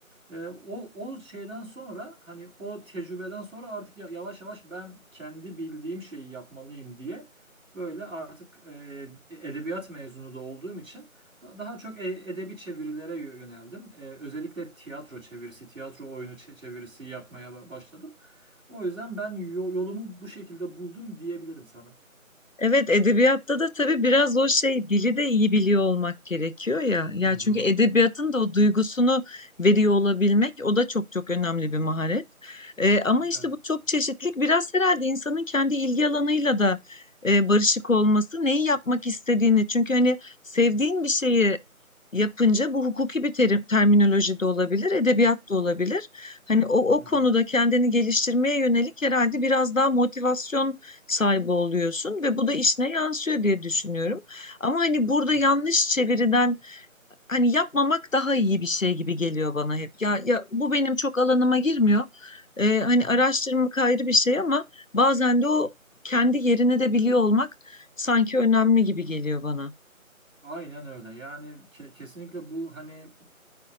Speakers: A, on the right; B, on the left.
A: Ee, o, o şeyden sonra hani o tecrübeden sonra artık ya- yavaş yavaş ben kendi bildiğim şeyi yapmalıyım diye böyle artık e, edebiyat mezunu da olduğum için da- daha çok e- edebi çevirilere yö- yöneldim. Ee, özellikle tiyatro çevirisi, tiyatro oyunu çe- çevirisi yapmaya ba- başladım. O yüzden ben yo- yolumu bu şekilde buldum diyebilirim sana.
B: Evet edebiyatta da tabii biraz o şey dili de iyi biliyor olmak gerekiyor ya. Ya
A: Hı hı.
B: çünkü edebiyatın da o duygusunu veriyor olabilmek o da çok çok önemli bir maharet. Ee, ama işte
A: Evet.
B: bu çok çeşitlilik biraz herhalde insanın kendi ilgi alanıyla da e, barışık olması, neyi yapmak istediğini. Çünkü hani sevdiğin bir şeyi yapınca bu hukuki bir terim, terminoloji de olabilir, edebiyat da olabilir. Hani o, o
A: Hı hı.
B: konuda kendini geliştirmeye yönelik herhalde biraz daha motivasyon sahibi oluyorsun ve bu da işine yansıyor diye düşünüyorum. Ama hani burada
A: Evet.
B: yanlış çeviriden hani yapmamak daha iyi bir şey gibi geliyor bana hep. Ya, ya bu benim çok alanıma girmiyor. Ee, hani
A: Hı hı.
B: araştırmak ayrı bir şey ama bazen de o kendi yerini de biliyor olmak sanki önemli gibi geliyor bana.
A: Aynen öyle. Yani ke- kesinlikle bu hani